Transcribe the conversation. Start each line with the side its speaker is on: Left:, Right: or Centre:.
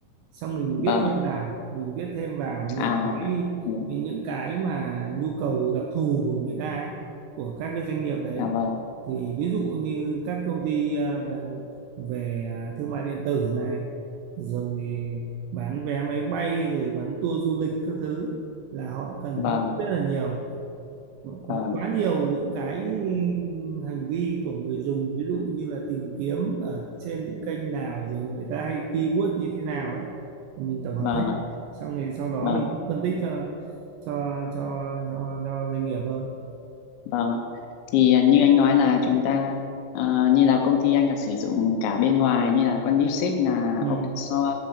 Right: xong mình
Left: Vâng
Right: viết thêm
Left: ạ.
Right: vào mình viết thêm vào những
Left: À,
Right: cái
Left: ừ.
Right: những những cái mà nhu cầu đặc thù của người ta ấy, của các cái doanh nghiệp đấy
Left: dạ vâng,
Right: thì ví dụ như các công ty ờ, về về ờ, thương mại điện tử này rồi bán vé máy bay rồi bán tour du lịch các thứ là họ cần
Left: vâng,
Right: phân tích rất là nhiều quá
Left: vâng,
Right: quá nhiều những cái hành vi của người dùng ví dụ như là tìm kiếm ở trên những kênh nào rồi người ta hay keyword như thế nào ấy mình tổng hợp
Left: vâng
Right: hết
Left: ạ.
Right: xong rồi sau đó
Left: Vâng.
Right: mình sẽ phân tích cho cho cho cho, cho doanh nghiệp hơn
Left: Vâng ạ. Thì à, như anh nói là chúng ta à, như là công ty anh là sử dụng cả bên ngoài như là con DeepSeek là
Right: ừ.
Left: open source